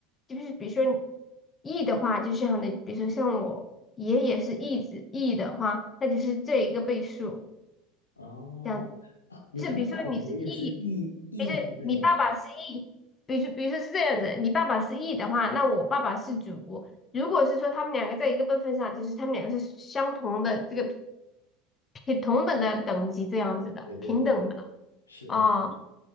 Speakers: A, on the left; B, on the left.
A: 就是比如说 E 的话，就像的，比如说像我爷爷是 E 子 E 的话，那就是这一个倍数。
B: 哦，
A: 这样子。
B: 啊，你刚说你爷爷是义义字辈吗？
A: 就是比如说你是 E，比如说你爸爸是 E，比如说比如说是这样子，你爸爸是 E 的话，那我爸爸是主。如果是说他们两个在一个辈分上，就是他们两个是相同的这个平同等的等级这样子的，
B: 对对对，
A: 平等的
B: 是的，
A: 啊、